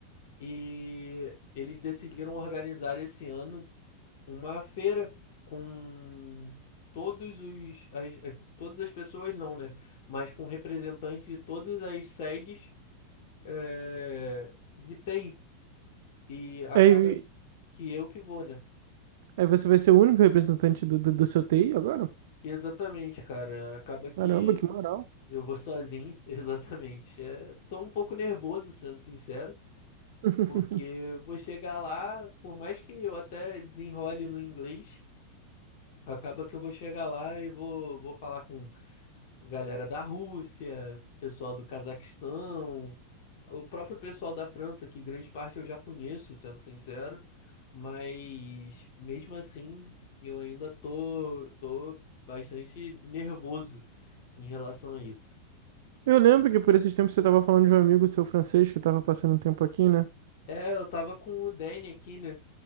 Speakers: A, on the left; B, on the right.
A: E eles decidiram organizar esse ano uma feira com todos os as- as- todas as pessoas, não, né? Mas com representantes de todas as sedes é, gritei e acaba
B: Aí.
A: que, que eu que vou, né?
B: Aí você vai ser o único representante do, do, do seu TI agora?
A: Exatamente, cara. Acaba que
B: Caramba, que moral.
A: eu vou sozinho, <laughs> exatamente. É, tô um pouco nervoso, sendo sincero,
B: <laughs>
A: porque eu vou chegar lá, por mais que eu até desenrole no inglês, acaba que eu vou chegar lá e vou, vou falar com a galera da Rússia, pessoal do Cazaquistão, o próprio pessoal da França, que grande parte eu já conheço, sendo sincero. Mas mesmo assim, eu ainda tô, tô bastante nervoso em relação a isso.
B: Eu lembro que por esses tempos você tava falando de um amigo seu francês que tava passando um tempo aqui, né?
A: É, eu tava com o Danny aqui, né?